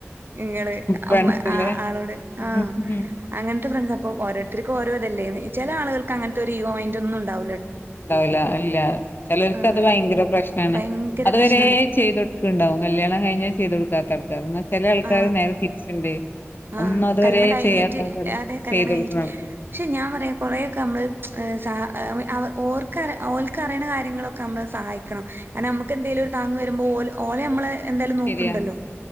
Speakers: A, on the right (about 50°); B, on the left (about 50°).
A: നിങ്ങള്
B: ഫ്രണ്ട്സിലെ
A: അമ്മ ആളോട്
B: ഉം
A: ആ അങ്ങനത്തെ ഫ്രണ്ട് അപ്പം ഓരോരുത്തർക്കും ഓരോതല്ലേ ചില ആളുകൾക്ക് അങ്ങനത്തെ ഒരു ഈഗോ മൈന്റൊന്നും ണ്ടാവു
B: ഉണ്ടാവൂല അല്ല ചിലർക്ക്
A: ആ
B: അത് ഭയങ്കര പ്രശ്നമാണ്
A: ഭയങ്കര
B: അതുവരെ
A: പ്രശ്നാണ്
B: ചെയ്ത കൊടുക്കുണ്ടാവും കല്യാണം കഴിഞ്ഞാൽ ചെയ്ത് കൊടുക്കാത്ത <unintelligible>
A: ആ
B: നേരെ തിരിച്ചുണ്ട്
A: ആ
B: ഒന്നും അതുവരെ
A: കല്യാണം കഴിഞ്ഞിട്ട്
B: ചെയ്യാത്ത ആൾക്കാര്
A: അതെ കല്യാണം
B: ചെയ്ത് കൊടുക്കുന്ന
A: കഴിഞ്ഞിട്ട്
B: ആൾക്കാര്
A: പക്ഷെ ഞാൻ പറയാ കൊറെയൊക്കെ നമ്മള് സ ഓർക്ക് ഓൽക്കറിയണ കാര്യങ്ങളൊക്കെ നമ്മളെ സഹായിക്കണം അന്നമുക്ക് എന്തേലും
B: ഉം
A: ഒരു താങ് വരുമ്പോൾ ഓല് ഓലെ നമ്മള് എന്തായാലും നോക്കണ്ടല്ലോ
B: ശരിയാ